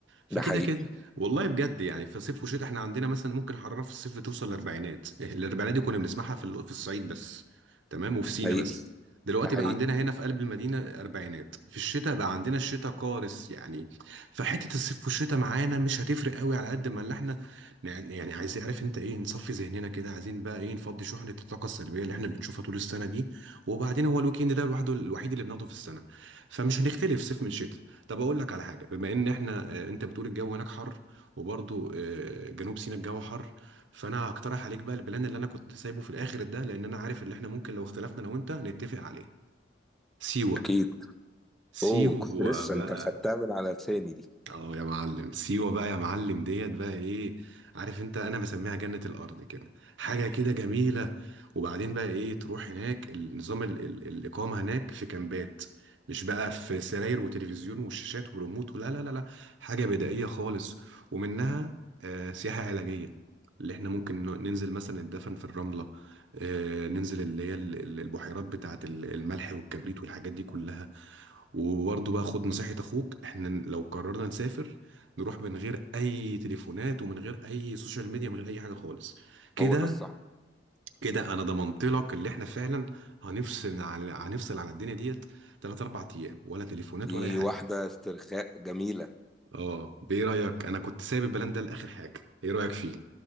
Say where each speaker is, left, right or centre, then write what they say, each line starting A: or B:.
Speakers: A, on the right; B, in the centre.
A: فكده
B: ده حقيقي
A: كده والله بجد يعني في صيف وشتاء احنا عندنا مثلا ممكن حراره في الصيف توصل للاربعينات إيه، الاربعينات دي كنا بنسمعها في ال- في الصعيد بس تمام وفي
B: ده
A: سينا
B: حقيقي
A: بس دلوقتي
B: ده حقيقي
A: بقى عندنا هنا في قلب المدينه اربعينات في الشتاء بقى عندنا الشتاء قارس يعني فحته الصيف والشتاء معانا مش هتفرق قوي على قد ما اللي احنا يعني يعني عايز يعرف انت ايه نصفي ذهننا كده عايزين بقى ايه نفضي شحنة الطاقة السلبية اللي احنا بنشوفها طول السنة دي وبعدين هو الويك اند ده لوحده الوحيد اللي بناخده في السنة فمش هنختلف صيف من شتاء طب اقول لك على حاجة بما ان احنا اه، انت بتقول الجو هناك حر وبرضه اه، جنوب سيناء الجو حر فانا هقترح عليك بقى البلان اللي انا كنت سايبه في الاخر ده لان انا عارف ان احنا ممكن لو اختلفنا انا وانت نتفق عليه سيوة
B: اكيد
A: سيوة
B: اوه كنت لسه
A: بقى
B: انت خدتها من على لساني دي
A: اه يا معلم سيوة بقى يا معلم ديت بقى ايه عارف انت انا بسميها جنة الارض كده حاجة كده جميلة وبعدين بقى ايه تروح هناك النظام ال ال الاقامة هناك في كامبات مش بقى في سراير وتلفزيون وشاشات وريموت ولا لا لا لا حاجة بدائية خالص ومنها آه سياحة علاجية اللي احنا ممكن ن- ننزل مثلا الدفن في الرملة آه ننزل اللي هي ال- ال- البحيرات بتاعة ال- الملح والكبريت والحاجات دي كلها وبرضه بقى خد نصيحة اخوك احنا لو قررنا نسافر نروح من غير اي تليفونات ومن غير اي سوشيال ميديا من غير اي حاجة خالص كده
B: هو ده الصح
A: كده انا ضمنت لك اللي احنا فعلا هنفصل على هنفصل على الدنيا ديت تلات اربع ايام ولا تليفونات
B: دي
A: ولا اي حاجة
B: واحدة استرخاء جميلة
A: اه بايه رأيك انا كنت سايب البلان ده لاخر حاجة ايه رأيك فيه